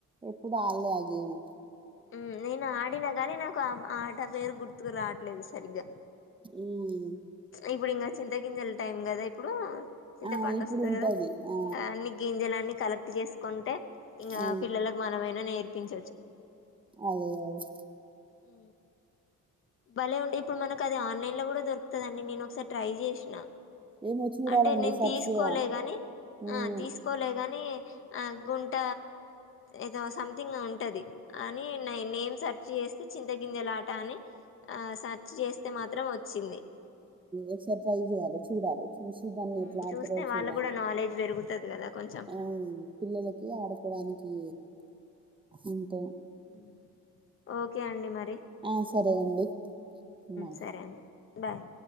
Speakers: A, on the right (about 15°); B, on the left (about 40°).
A: ఎప్పుడు ఆలే ఆ గేము
B: ఉ నేను ఆడిన గనీ నాకు ఆట పేరు గుర్తుకు రావట్లేదు సరిగ్గా
A: అ
B: ఇప్పుడు ఇంకా చింతగిింజల టైం కదా ఇప్పుడు చింత
A: ఆ
B: పండు
A: ఇప్పుడు
B: వస్తది
A: ఉంటది
B: కదా
A: ఆ
B: ఇంకా అన్ని గింజలు అన్నీ కలెక్ట్ చేసుకుంటే ఇంగా
A: ఆ
B: పిల్లలకు మనమైనా నేర్ పించ
A: అదే అ
B: ఉ భలే ఉంటే ఇప్పుడు మనకు అది ఆన్లైన్ లో కూడా దొరుకుతదండి నేను ఒకసారి ట్రై చేసినా
A: ఏమో చూడాలండి
B: అంటే నేను
A: సర్చ్
B: తీసుకోలే
A: చేయాలి
B: గాని
A: ఉమ్.
B: ఆ తీసుకోలే గాని ఆ గుంట ఏదో సంథింగ్ ఉంటది అని న నేను సర్చ్ చేస్తే చింతగింజలాట అని ఆ సర్చ్ చేస్తే మాత్రం వచ్చింది
A: ఎక్సర్సైజ్యాల చూడాలి చూసి దాన్ని ఎట్లా
B: మ్
A: ఆడతారో
B: చూస్తే
A: చూడాలి
B: వాళ్ళకు కూడా నాలెడ్జ్ పెరుగుతది కదా కొంచెం
A: ఆ పిల్లలకి ఆడుకోడానికి అంతే
B: ఓకే ఓకే అండి మరి
A: ఆ సరే అండి బాయ్
B: సరే అండి బాయ్